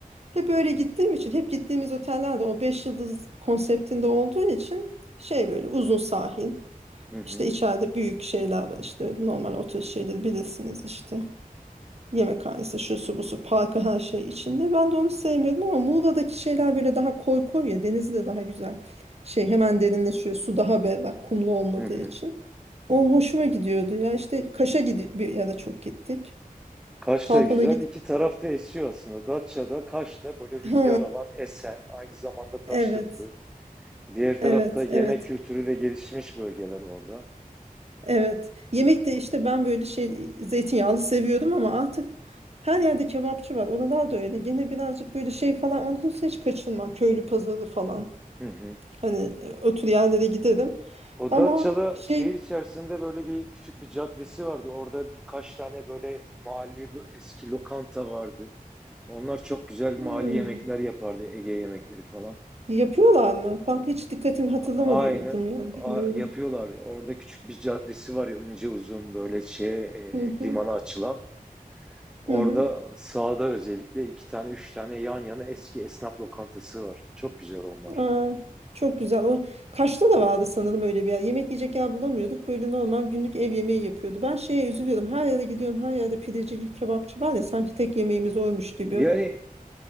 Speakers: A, on the right; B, in the centre.
A: Hep öyle gittiğim için hep gittiğimiz otellerde o 5 yıldız konseptinde olduğu için şey böyle uzun sahil
B: Hı hı,
A: işte içeride büyük şeyler var işte normal otel şeyleri bilirsiniz işte Yemekhanesi, şu su bu su, parkı her şey içinde. Ben de onu sevmiyordum ama Muğla'daki şeyler böyle daha koy koy ya. Denizi de daha güzel. Şey hemen derinleşiyor. Su daha berrak, kumlu olmadığı
B: hı hı.
A: için. O hoşuma gidiyordu ya. işte Kaş'a gidip bir yere çok gittik.
B: Kaş
A: Kalkan'a
B: da güzel,
A: git.
B: iki tarafta esiyor aslında. Datça'da, Kaş'ta böyle rüzgar
A: Ha,
B: alan esen, aynı zamanda taşlıklı.
A: evet.
B: Diğer
A: Evet,
B: tarafta yemek
A: evet,
B: kültürü de gelişmiş bölgeler orada.
A: evet. Yemek de işte ben böyle şey zeytinyağlı seviyordum ama artık her yerde kebapçı var. Oralar da öyle. Gene birazcık böyle şey falan olursa hiç kaçınmam. Köylü pazarı falan.
B: Hı hı.
A: Hani e, otur yerlere giderim.
B: O
A: Ama
B: Datça'da
A: şey
B: şehir içerisinde böyle bir küçük bir caddesi vardı. Orada birkaç tane böyle mahalli lo- eski lokanta vardı. Onlar çok güzel
A: hmm,
B: mahalli yemekler yapardı. Ege yemekleri falan.
A: yapıyorlar mı? Bak hiç dikkatim hatırlamadım
B: Aynen
A: yani
B: a-
A: bilmiyorum.
B: yapıyorlar. Orada küçük bir caddesi var ya ince uzun böyle şeye e,
A: Hı hı,
B: limana açılan. Orada
A: hı hı.
B: sağda özellikle iki tane üç tane yan yana eski esnaf lokantası var. Çok güzel onlar.
A: Aa, çok güzel. O Kaş'ta da vardı sanırım öyle bir yer. Yemek yiyecek yer bulamıyorduk. Böyle normal günlük ev yemeği yapıyordu. Ben şeye üzülüyordum. Her yere gidiyorum. Her yerde pideci, kebapçı var ya sanki tek yemeğimiz oymuş gibi.
B: Yani